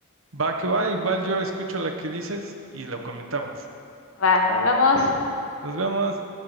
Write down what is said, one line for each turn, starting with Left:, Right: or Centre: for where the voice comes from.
Right: Va que va, igual yo escucho la que dices y lo comentamos.
Left: Va, nos vemos.
Right: Nos vemos.